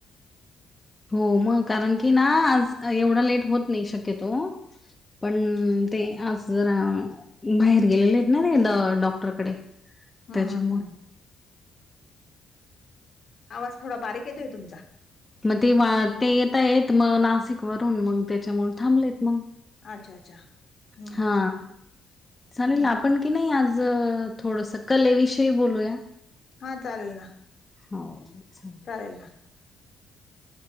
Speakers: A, on the left; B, on the left.
A: हो मग. कारण की ना आज एवढा लेट होत नाही शक्यतो पण ते आज जरा बाहेर गेलेलेयत ना ते. द डॉक्टरकडे.
B: ह,
A: त्याच्यामुळे
B: ह, ह. आवाज थोडा बारीक येतोय तुमचा.
A: म ते ते येतायेत म नासिक वरून. मग तेच्यामुळ थांबलेत मग.
B: अच्छा अच्छा हम्म हम्म
A: हा
B: हम्म
A: चालेल
B: हम्म.
A: आपण की नाही आज, थोडस कलेविषयी बोलूया.
B: हा चालेल ना.
A: हाव चालेल.
B: चालेल ना.